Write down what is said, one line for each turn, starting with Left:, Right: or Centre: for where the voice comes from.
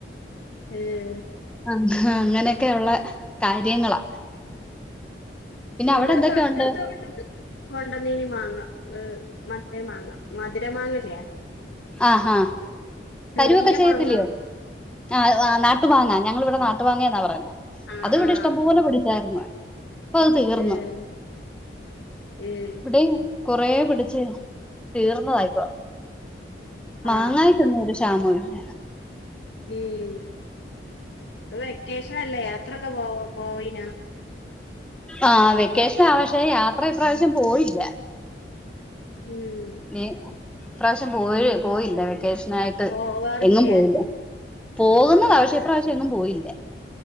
Left: ഏഹ്
Centre: ആഹ് അങ്ങനെയൊക്കെയൊള്ള കാര്യങ്ങളാ. പിന്നെ
Left: ഇവിടെ
Centre: അവിടെ എന്തൊക്കെയുണ്ട്
Left: തൊട്ടട്ത്ത് വീ <unintelligible> കൊണ്ടന്നീനി മാങ്ങ എ മറ്റേ മാങ്ങ മധുര മാങ്ങല്ലേ
Centre: ആഹ് ആഹ്
Left: ചെറിയ
Centre: തരുവൊക്കെ ചെയ്യത്തില്ലേ
Left: മാങ്ങ
Centre: ആഹ് ആഹ് നാട്ട് മാങ്ങ ഞങ്ങളിവ്ടെ നാട്ട്മാങ്ങേന്നാ പറയ്ന്നെ
Left: ആഹ്
Centre: അത് ഇവിടെ
Left: ആഹ്
Centre: ഇഷ്ടംപോലെ പിടിച്ചാര്ന്നു ഇപ്പൊ അത് തീർന്ന്
Left: ഏഹ് ഏഹ്
Centre: വടെം കൊറേ പിടിച്ച് തീർന്നതായിപ്പോ മാങ്ങാക്കൊന്നൊരു
Left: ആഹ്
Centre: ക്ഷാമോ ഇല്ല
Left: ഉം വെക്കേഷനല്ലേ ത്രൊക്കെ പോ പോയീനാ?
Centre: ആഹ് വെക്കേഷനാ പക്ഷേ യാത്ര ഇപ്രാവശ്യം പോയില്ല
Left: ഉം
Centre: ഇനി ഇപ്പ്രാവശ്യം പോഴി പോയില്ല വെക്കേഷനായിട്ട്
Left: പോവാറില്ലേ
Centre: എങ്ങും പോയില്ല പോകുന്നതാ പക്ഷെ ഇപ്പ്രാവശ്യം എങ്ങും പോയില്ല